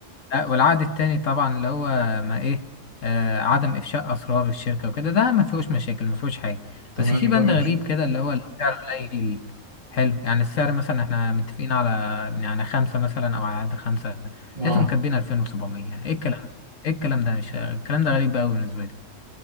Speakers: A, on the left; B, on the right.
A: لا والعقد التاني طبعا اللي هو ما ايه آه عدم افشاء اسرار الشركه وكده ده ما فيهوش مشاكل ما فيهوش حاجه
B: تمام
A: بس في بند
B: ده ماشي
A: غريب كده اللي هو السعر قليل حلو يعني السعر مثلا احنا متفقين على يعني خمسه مثلا او على قد خمسه
B: اه
A: لقيتهم كاتبين 2700 ايه الكلام ايه الكلام ده مش الكلام ده غريب قوي بالنسبه لي